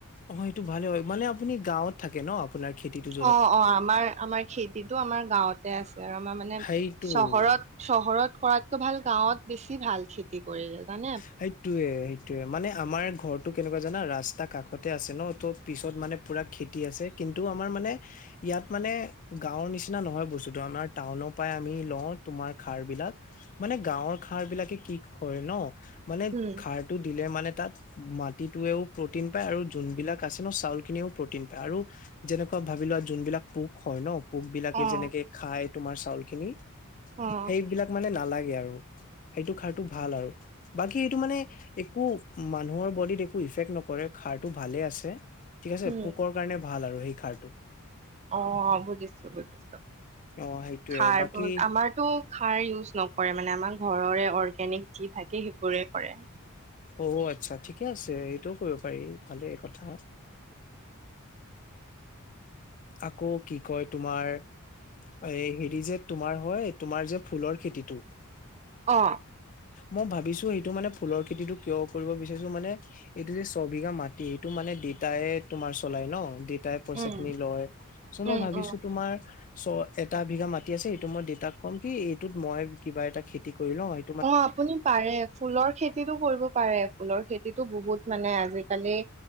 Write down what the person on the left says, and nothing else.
অ, সেইটো ভালে হয় মানে আপুনি গাঁৱত থাকে ন। আপোনাৰ খেতিটোত
সেইটো
সেইটোয়ে সেইটোয়ে মানে আমাৰ ঘৰটো কেনেকুৱা জানা ৰাস্তা কাষতে আছে ন তো পিছত মানে পুৰা খেত তি আছে কিন্তু আমাৰ মানে ইয়াত মানে গাঁওৰ নিচিনা নহয় বস্তুটো আমাৰ টাউনৰ পৰাই আমি লওঁ তোমাৰ সাৰ বিলাক। মানে গাঁৱৰ সাৰ বিলাকে কি হয় ন মানে
সাৰটো দিলে মানে তাত মাটিটোৱেও প্ৰটিন পায় আৰু যোনবিলাক আছে ন চাউল খিনিও প্ৰ'টিন পায় আৰু যেনেকুৱা ভাবি লোৱা যোনবিলাক পোক হয় ন, পোক বিলাকে
যেনেকে খায় তোমাৰ চাউল খিনি,
সেইবিলাক মানে নালাগে আৰু সেইটো খাৰটো ভাল আৰু বাকী এইটো মানে একো মানুহৰ বডিত একো ইফেক্ট নকৰে খাৰ টো ভালে আছে ঠিক আছে
পোক কাৰণে ভাল আৰু সেই খাৰটো।
অ সেইটোয়ে
বাকী
অ, আচ্ছা ঠিকে আছে এইটোও কৰিব পাৰি ভালে কথা। আকৌ কি কয় তোমাৰ এ হেৰি যে তোমাৰ হয় তোমাৰ যে ফুলৰ খেতিটো,
মই ভাবিছো সেইটো মানে ফুলৰ খেতিতটো কিয় কৰিব বিচাৰিছোঁ মানে এইটো যে ছবিঘা মাটি এইটো মানে দেতায়ে তোমাৰ চলাই ন দেতাইে পইচা
খিনি লয়, চ' মই
ভাবিছো
তোমাৰ চ এটা বিঘা মাটি আছে সটো মই দেউতাক ক'ম কি এইটোত মই কিবা এটা খেতি কৰি ল হয়